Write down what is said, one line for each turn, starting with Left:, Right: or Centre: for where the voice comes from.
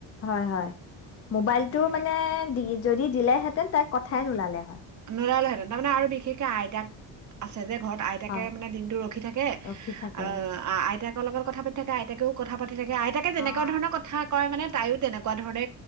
Left: হয় হয়। মোবাইল টো
Right: এ
Left: মানে দি যদি দিলে। হয় হেঁতেন তাই কথাই নোলালেই হয়।
Right: হেৰালে হেঁতেন তাৰ মানে আৰু বিশেষকে আইতাক আছে যে ঘৰত। আইতাকে
Left: হয়,
Right: মানে দিনতটো ৰখি থাকে
Left: ৰখি থাকে।
Right: আ আ আইতাক। তোমাৰ লগত থকা পাতি থাকে, আইতকও কথা পাতি। সুধি থাকে আইতাকে যেনেকুৱা
Left: অ',
Right: ধৰণৰ কথা। কয় মানে তাইও তেনেকুৱা ধৰণে।